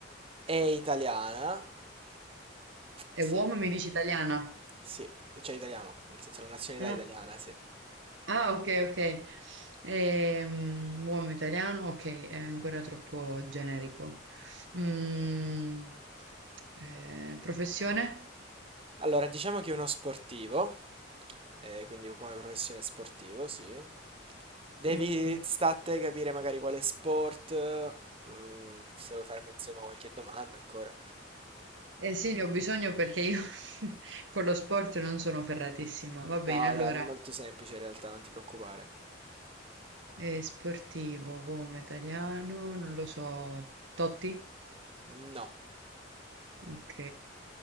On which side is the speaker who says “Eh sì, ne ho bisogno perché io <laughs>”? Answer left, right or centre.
Right